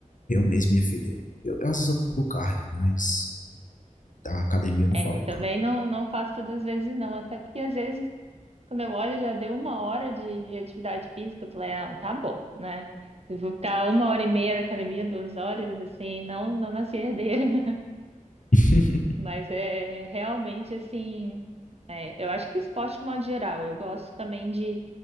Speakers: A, on the left; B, on the right.
A: eu mesmo, minha filha, eu, às vezes eu pulo cardio, mas da academia eu não
B: É,
A: falta,
B: eu também
A: não.
B: não, não faço todas as vezes, não. Até porque às vezes, quando eu olho, já deu uma hora de, de atividade física. Eu falei, ah, tá bom, né? Eu vou ficar uma hora e meia na academia, duas horas, assim, não, não nasci herdeira. <laughs>
A: <laughs>
B: Mas é é realmente assim. é, eu acho que esporte, de modo geral, eu gosto também de,